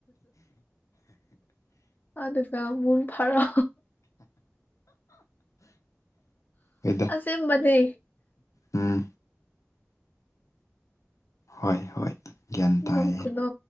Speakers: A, on the left; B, on the left.
A: ꯑꯗꯨꯒ ꯃꯨꯟ ꯐꯔ
B: ꯍꯣꯏꯗ
A: ꯑꯁꯦ ꯃꯅꯦ
B: ꯎꯝ ꯍꯣꯏ ꯍꯣꯏ ꯒ꯭ꯌꯥꯟ ꯇꯥꯏꯌꯦ
A: ꯅ ꯀꯅꯨ